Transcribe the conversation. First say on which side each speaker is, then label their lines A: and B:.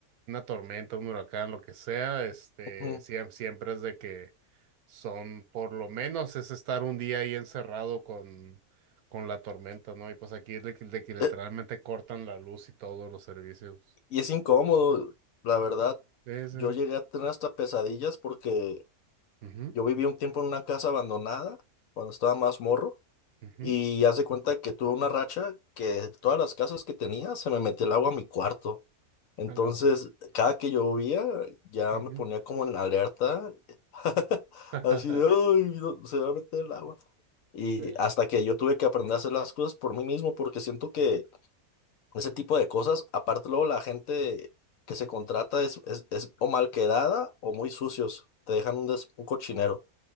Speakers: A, on the right; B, on the left.
A: una tormenta, un huracán, lo que sea, este,
B: ujú.
A: siem- siempre es de que son, por lo menos es estar un día ahí encerrado con, con la tormenta, ¿no? Y pues aquí es de que, de que literalmente
B: Eh,
A: cortan la luz y todos los servicios.
B: Y es incómodo, la verdad.
A: Sí, sí.
B: Yo llegué a tener hasta pesadillas porque
A: Ujú.
B: Yo viví un tiempo en una casa abandonada cuando estaba más morro
A: Ujú,
B: y haz de cuenta que tuve una racha que todas las casas que tenía se me metía el agua a mi cuarto. Entonces,
A: jalo,
B: cada que llovía ya
A: ujú.
B: me ponía como en alerta, <laughs>
A: <laughs>
B: así de, "Ay, no, se va a meter el agua. Y
A: Sí.
B: hasta que yo tuve que aprender a hacer las cosas por mí mismo, porque siento que ese tipo de cosas, aparte luego la gente que se contrata es, es, es o mal quedada o muy sucios, te dejan un, des- un cochinero.